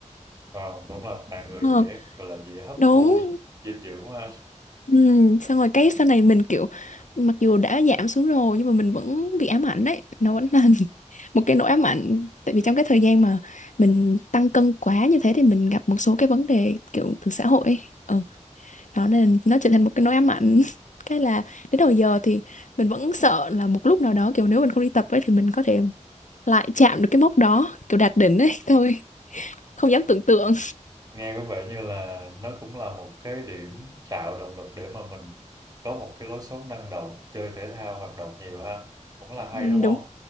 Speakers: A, on the right (about 30°); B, on the left (about 75°).
A: wow đúng là tạng người
B: Ờ,
A: dễ gọi là dễ hấp
B: đúng
A: thu dinh dưỡng mà
B: ừ, xong rồi cái sau này mình kiểu mặc dù đã giảm xuống rồi nhưng mà mình vẫn bị ám ảnh đấy nó vẫn là <laughs> một cái nỗi ám ảnh tại vì trong cái thời gian mà mình tăng cân quá như thế thì mình gặp một số cái vấn đề kiểu từ xã hội ấy. ừ, đó nên nó trở thành một cái nỗi ám ảnh <laughs> cái là đến đầu giờ thì mình vẫn sợ là một lúc nào đó kiểu nếu mình không đi tập ấy thì mình có thể lại chạm được cái mốc đó kiểu đạt đỉnh ấy <laughs> thôi không dám tưởng tượng
A: nghe có vẻ như là nó cũng là một cái điểm tạo động lực để mà mình có một cái lối sống năng động chơi thể thao hoạt động nhiều ha cũng là hay
B: Ừ,
A: đúng không
B: đúng